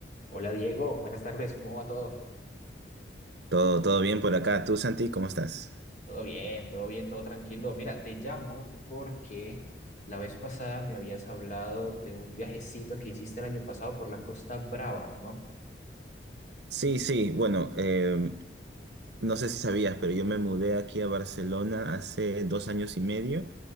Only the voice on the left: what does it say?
Hola Diego, buenas tardes, ¿cómo va todo?
Todo bien, todo bien, todo tranquilo. Mira, te llamo porque la vez pasada me habías hablado de un viajecito que hiciste el año pasado por la Costa Brava, ¿no?